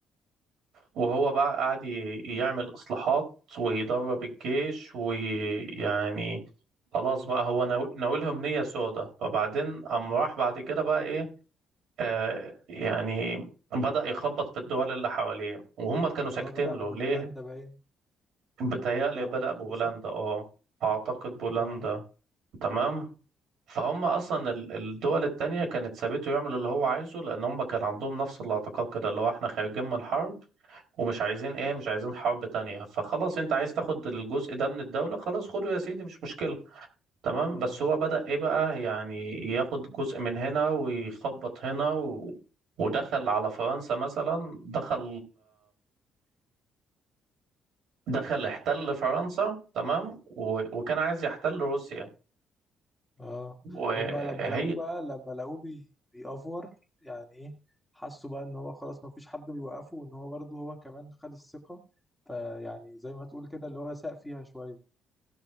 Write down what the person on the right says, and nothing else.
وهو بقى قاعد ي- يعمل اصلاحات ويدرب الجيش ويعني خلاص بقى هو ناو- ناويلهم نية سودة فبعدين قام راح بعد كده بقى ايه آه يعني بدأ يخبط في الدول اللي حواليه وهم كانوا ساكتين
له
ليه؟
بتهيألي
بدأ
ببولندا
اه أعتقد بولندا
تمام فهم أصلا
ال- الدول التانية كانت سابته يعمل اللي هو عايزه لأن هم كان عندهم نفس الاعتقاد كده اللي هو احنا خارجين من حرب ومش عايزين ايه مش عايزين حرب تانية فخلاص انت عايز تاخد الجزء ده من الدولة خلاص خده يا سيدي مش مشكلة تمام بس
هو بدأ ايه بقى يعني ياخد جزء من هنا ويخبط هنا و... ودخل على فرنسا مثلا دخل دخل احتل فرنسا تمام و... وكان عايز يحتل روسيا
وهي